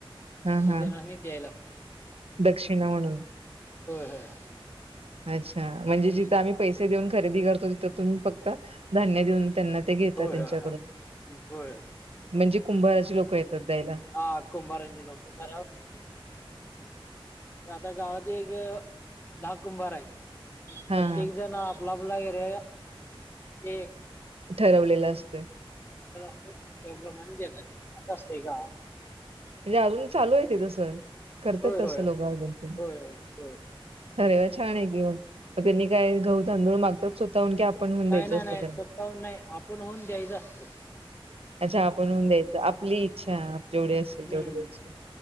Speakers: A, on the right (about 85°); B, on the left (about 25°).
A: हां,
B: हे
A: हां.
B: त्यांना द्यायला लागतय.
A: दक्षिणा म्हणून
B: होय होय.
A: अच्छा म्हणजे
B: हम्म
A: जिथं आम्ही पैसे देऊन खरेदी करतो तिथं तुम्ही फक्त धान्य देऊन त्यांना ते घेतात
B: होय
A: त्यांच्याकडून
B: होय हा हं. होय.
A: म्हणजे कुंभाराचे लोक येतात. द्यायला.
B: हा कुंभारांची लोक त्यांची आता गावात एक दहा कुंभार आहेत.
A: हां,
B: प्रत्येक
A: हां.
B: जण आपला आपला एरिया ते
A: ठरवलेला असतोय.
B: त्याप्रमाणे देतात असं असतं गावात.
A: म्हणजे अजून चालू आहेेत तसं करतात
B: होय होय
A: तसं लोक अजून
B: होय होय होय.
A: अरे वा छान आहे घेऊन मग त्यांनी काय गहू तांदूळ मागतात? स्वतःहून की आपण हून
B: नाही
A: द्यायचं
B: नाही
A: असतं
B: नाही
A: त्यांना?
B: स्वतःहून नाही आपण होऊन द्यायचं असतं.
A: अच्छा आपण होऊन द्यायचं आपली इच्छा जेवढे असेल तेवढे
B: हम्म
A: द्यायचे